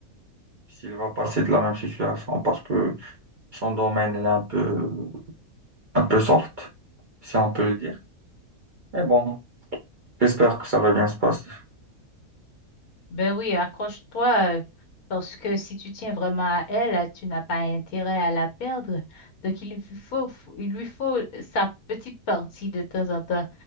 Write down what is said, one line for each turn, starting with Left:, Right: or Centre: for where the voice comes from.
Right: s'il va passer de la même situation parce que son domaine il est un peu, un peu soft, si on peut le dire. Mais bon, j'espère que ça va bien se passer.
Left: Ben oui, accroche-toi, euh, parce que si tu tiens vraiment à elle, euh, tu n'as pas intérêt à la perdre. Donc, il lui faut, faut- il lui faut sa petite partie de temps en temps.